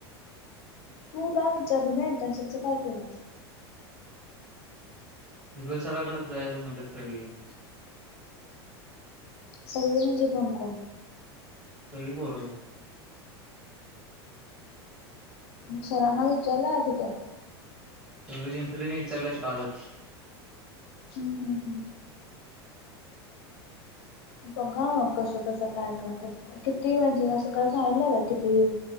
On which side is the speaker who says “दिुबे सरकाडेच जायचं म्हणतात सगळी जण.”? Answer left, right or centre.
Right